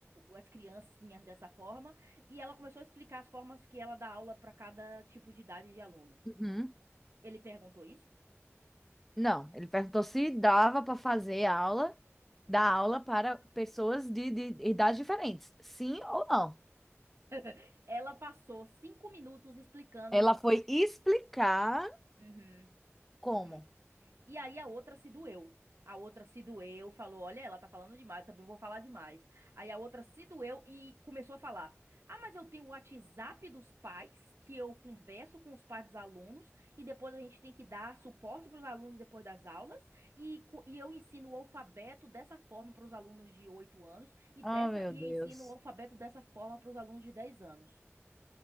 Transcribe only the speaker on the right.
as criancinhas dessa forma. E ela começou a explicar as formas que ela dá aula para cada tipo de idade de aluno.
Ele perguntou isso?
<laughs> Ela passou cinco minutos explicando
os.
Uhum,
uhum. E aí a outra se doeu. A outra se doeu, falou: Olha, ela tá falando demais, eu também vou falar demais. Aí a outra se doeu e começou a falar: Ah, mas eu tenho o WhatsApp dos pais, que eu converso com os pais dos alunos, e depois a gente tem que dar suporte para os alunos depois das aulas, e, co- e eu ensino o alfabeto dessa forma para os alunos de 8 anos, e,
dessa,
e
eu ensino o alfabeto dessa forma para os alunos de 10 anos.